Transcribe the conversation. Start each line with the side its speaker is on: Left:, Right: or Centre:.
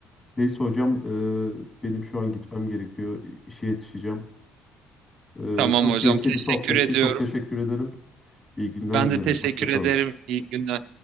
Left: Neyse hocam, e, benim şu an gitmem gerekiyor. İ- İşe yetişeceğim. E,
Right: Tamam
Left: çok
Right: hocam
Left: keyifli
Right: teşekkür
Left: bir sohbetti.
Right: ediyorum.
Left: Çok teşekkür ederim. İyi günler
Right: Ben
Left: dilerim.
Right: de teşekkür
Left: Hoşça kalın.
Right: ederim. İyi günler.